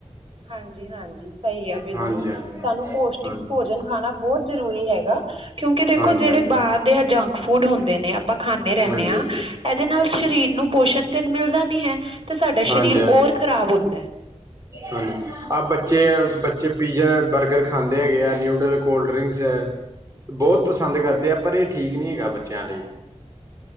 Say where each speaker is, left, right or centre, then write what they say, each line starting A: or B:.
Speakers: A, on the right; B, on the right.
A: ਹਾਂਜੀ ਹਾਂਜੀ ਸਹੀ ਆ ਬਿਲਕੁਲ
B: ਹਾਂਜੀ ਹਾਂਜੀ
A: ਸਾਨੂੰ ਪੋਸ਼ਟਿਕ
B: ਹਾਂਜੀ
A: ਭੋਜਨ। ਖਾਣਾ ਬਹੁਤ ਜਰੂਰੀ ਹੈਗਾ ਕਿਉਂਕਿ ਦੇਖੋ
B: ਹਾਂਜੀ
A: ਜਿਹੜੇ
B: ਹਾਂਜੀ ਹਾਂਜੀ
A: ਬਾਹਰ ਦੇ ਆ ਜੰਕ ਫੂਡ ਹੁੰਦੇ। ਨੇ ਆਪਾਂ ਖਾਂਦੇ ਰਹਿੰਦੇ
B: ਹਾਂਜੀ
A: ਹਾਂ
B: ਹਮ
A: ਇਹਦੇ ਨਾਲ ਸਰੀਰ ਨੂੰ ਪੋਸ਼ਣ ਤੇ ਮਿਲਦਾ ਨੀ ਹੈ। ਤੇ ਸਾਡਾ
B: ਹਾਂਜੀ
A: ਸਰੀਰ
B: ਹਾਂਜੀ
A: ਹੋਰ ਖਰਾਬ ਹੁੰਦਾ।
B: ਹਾਂਜੀ ਆਹ ਬੱਚੇ ਬੱਚੇ ਪੀਜ਼ਾ ਬਰਗਰ ਖਾਂਦੇ ਹੈਗੇ ਆ ਨਿਊਡਲ, ਕੋਲਡ ਡਰਿੰਕਸ। ਬਹੁਤ ਪਸੰਦ ਕਰਦੇ ਆ ਪਰ ਇਹ ਠੀਕ ਨਹੀਂ ਹੈਗਾ ਬੱਚਿਆਂ ਲਈ।